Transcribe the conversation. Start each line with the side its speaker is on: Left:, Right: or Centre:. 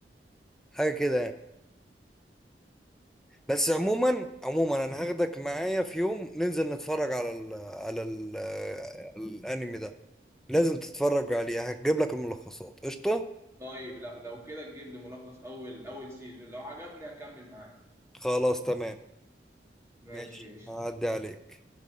Centre: حاجه كده يعني. بس عموما عموما انا هاخدك معايا في يوم ننزل نتفرج على ال على ال الانمي ده لازم تتفرج عليه هجيب لك الملخصات قشطة
Right: طيب لا لو كده تجيب لي ملخص اول اول سيزون لو عجبني هكمل معاه
Centre: خلاص تمام
Right: ماشي
Centre: ماشي
Right: يا قشطة
Centre: هعدي عليك